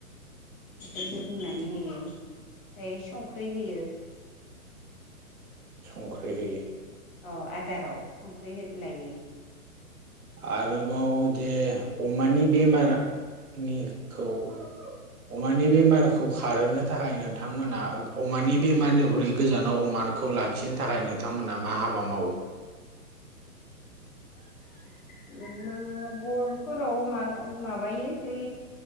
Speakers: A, on the left (about 65°); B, on the right (about 70°).
A: बेफोरखौ रूनानै होयो ओमफाय संख्रै होयो
B: संख्रै होयो
A: अ आदाराव संख्रै होद्लायो
B: आरोबाव दे अमानि बेमारनिखौ अमानि बेमारखौ खारहोनो थाखाय नोंथांमोना अमानि बेमारनिख्रुइ गोजानाव अमा खौ लाखिनो थाखाय नोंथांमोना मा हाबा मावो?
A: <unintelligible> हरफोराव मा माबायो ऐ